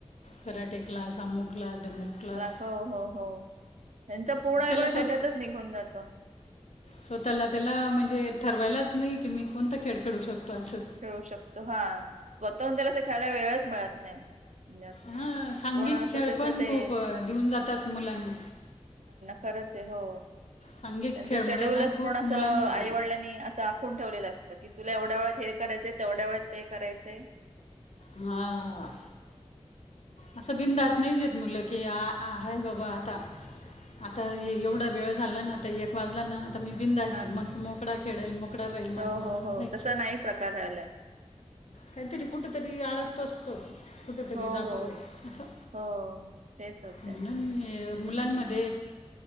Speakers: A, on the left; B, on the right.
A: कराटे क्लास आममु क्लास ढमुक क्लास
B: प्लास हो हो हो त्यांच पूर्ण
A: त्याला
B: वेळ त्याच्यातच निघून जातं
A: सो त्याला त्याला म्हणजे ठरवायलाच नाही की मी कोणता खेळ खेळू शकतो असं
B: खेळू शकतो हा स्वतःहून त्याला ते खायला वेळच मिळत नाही जास्त.
A: हा सांघिक
B: पूर्ण असं
A: खेळ
B: त्याच
A: पण
B: ते
A: खूप दिऊन जातात मुलांना
B: खरच हो
A: सांघिक
B: त्यांच
A: खेळमुळे
B: शेड्यूलच
A: ना खूप
B: पण अस
A: मुलांमध्ये
B: आईवडिलांनी अस ून ठेवलं असतं की तुला एवढ्या वेळात हे करायचं तेवढ्या वेळात ते कयचंय
A: हा असं बिंदास नाही जेत मुलं की आ आहेय बाबा आता आता
B: हम्म.
A: एवढं वेळ झाला ना आता एक वाजला ना मी बिंद
B: हा
A: मस् मोकडा खेळेल मोकळा राहील माझं
B: हो
A: मात्र
B: हो हो
A: नाहीच
B: तसा नाही प्रकार रालाय
A: काहीतरी कुठेतरी आळतो असतो कुठेतरी
B: हो
A: जातो
B: हो
A: असं
B: हो तेच होतंय
A: मु मुलांमध्ये
B: हम्म.